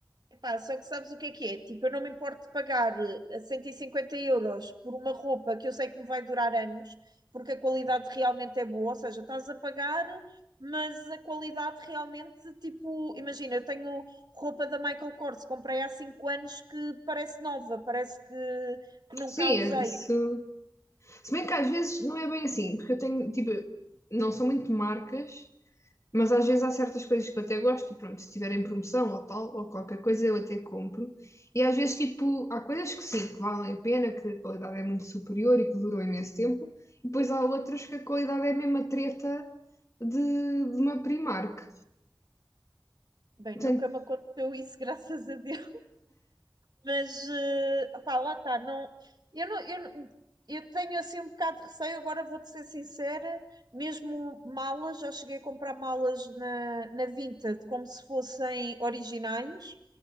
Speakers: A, on the right (about 65°); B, on the left (about 40°).
A: Epá, só que sabes o que é que é? Tipo, eu não me importo de pagar eh, 150 euros por uma roupa que eu sei que me vai durar anos, porque a qualidade realmente é boa, ou seja, estás a pagar, mas a qualidade realmente, tipo, imagina, eu tenho roupa da Michael Kors, comprei há cinco anos que parece nova, parece que, que nunca
B: Sim,
A: a usei.
B: é isso. Se bem que às vezes não é bem assim, porque eu tenho, tipo, não são muito marcas, mas às vezes há certas coisas que eu até gosto e pronto, se tiverem promoção ou tal, ou qualquer coisa eu até compro. E às vezes, tipo, há coisas que sim, que valem a pena, que a qualidade é muito superior e que duram imenso tempo, e depois há outras que a qualidade é mesmo a treta de, de uma Primark.
A: Bem,
B: Portanto,
A: nunca me aconteceu isso, <laughs> graças a Deus. Mas, eh, pá, lá está. Não, eu, não, eu, não- eu tenho assim um bocado de receio. Agora vou-te ser sincera: mesmo malas, já cheguei a comprar malas na, na Vinted como se fossem originais.